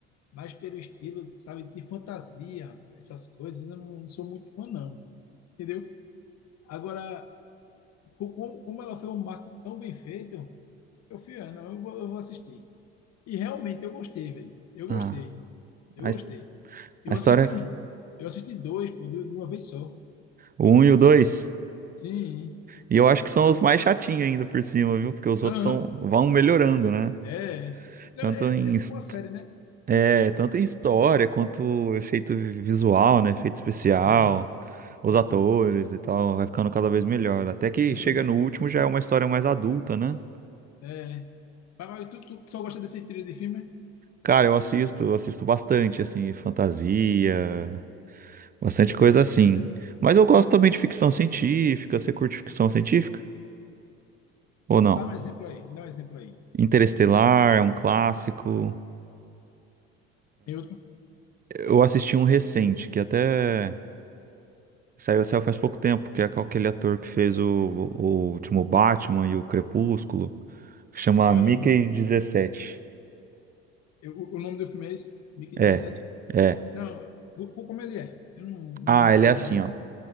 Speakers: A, on the left; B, on the right.
A: mais pelo estilo, sabe, de fantasia, essas coisas, eu não, sou muito fã, não, entendeu? Agora, co- como, como ela foi um marketing tão bem feito, eu fui, ah, não, eu vou, eu vou assistir. E realmente eu gostei, velho. Eu
B: Ah,
A: gostei. Eu
B: a,
A: gostei.
B: his-
A: Eu
B: a história,
A: assisti os. Eu assisti dois, pô, de de uma vez só.
B: o 1 e o 2.
A: Sim.
B: E eu acho que são os mais chatinhos ainda por cima, viu? Porque os outros
A: Aham.
B: são, vão melhorando, né?
A: É. é. Não,
B: Tanto
A: É, é
B: em,
A: ti- é
B: his-
A: tipo uma série, né?
B: É, tanto em história quanto efeito visual, né? Efeito especial,
A: É.
B: os
A: Então.
B: atores e tal, vai ficando cada vez melhor. Até que
A: Uhum.
B: chega no último já é uma história mais adulta, né?
A: É. Mas, mas tu, tu só gosta desse estilo de filme?
B: Cara, eu assisto, eu assisto bastante, assim, fantasia, bastante
A: É
B: coisa
A: tua
B: assim.
A: praia, né?
B: Mas eu gosto também de ficção científica. Você curte ficção científica? Ou não?
A: Me dá um exemplo aí. Me dá um exemplo aí.
B: Interestelar é um clássico.
A: Tem outro?
B: Eu assisti um recente, que até. Saiu, saiu faz pouco tempo, que é com aquele ator que fez o, o último Batman e o Crepúsculo, que chama
A: Caramba.
B: Mickey dezessete
A: Eu- o, o nome do filme é esse? Mickey
B: É,
A: dezessete
B: é.
A: Não. co- Como ele é? Eu não, não
B: Ah,
A: me recordo
B: ele é assim,
A: dele, não.
B: ó.